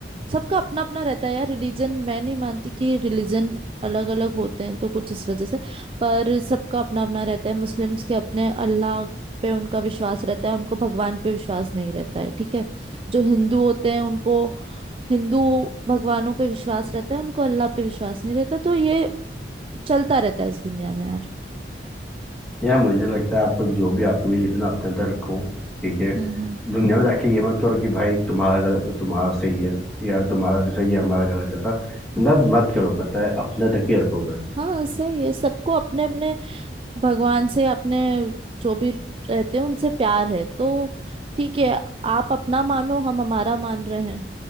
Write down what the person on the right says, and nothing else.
सबका अपना अपना रहता है यार रिलीजन मैं नहीं मानती कि रिलीजन अलग अलग होते हैं तो कुछ इस वजह से पर सबका अपना अपना रहता है मुस्लिम्स के अपने अल्लाह पे उनका विश्वास रहता है उनको भगवान पे विश्वास नहीं रहता है ठीक है जो हिंदू होते हैं उनको हिंदू भगवानों पे विश्वास रहता है उनको अल्लाह पे विश्वास नहीं रहता तो ये चलता रहता है इस दुनिया में यार
हम्म
हम्म
हाँ सही है सबको अपने अपने भगवान से अपने जो भी रहते हैं उनसे प्यार है तो ठीक है आप अपना मानो हम हमारा मान रहे हैं